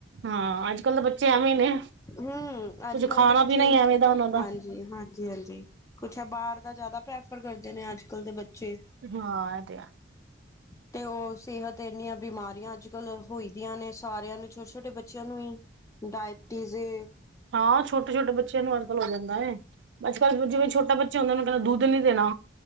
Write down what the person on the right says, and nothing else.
ਹਾਂ। ਅੱਜ ਕੱਲ੍ਹ ਤਾਂ ਬੱਚੇ ਐਵੇਂ ਹੀ ਨੇ।
ਕੁੱਝ
ਖਾਣਾ
ਪੀਣਾ ਹੀ ਐਵੇਂ ਦਾ ਉਹਨਾਂ ਦਾ
ਹਾਂ। ਇਹ ਤੇ ਆ।
ਹਾਂ, ਛੋਟੇ -ਛੋਟੇ ਬੱਚਿਆਂ ਨੂੰ ਅੱਜ ਕੱਲ ਹੋ ਜਾਂਦਾ ਏ। ਅੱਜ ਕੱਲ੍ਹ ਜਿਵੇਂ ਛੋਟਾ ਬੱਚੇ ਹੁੰਦੇ ਉਹਨੂੰ ਕਹਿੰਦਾ ਦੁੱਧ ਨੀ ਦੇਣਾ।